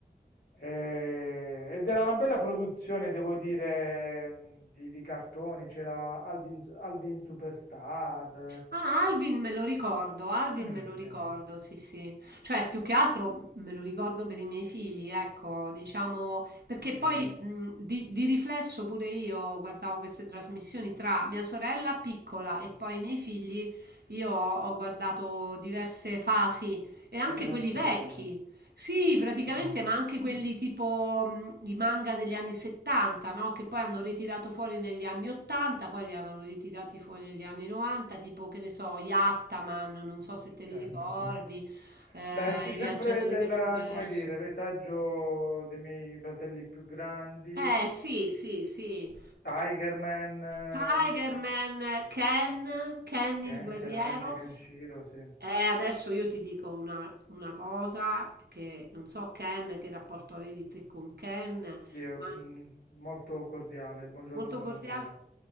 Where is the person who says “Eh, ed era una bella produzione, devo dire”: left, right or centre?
Left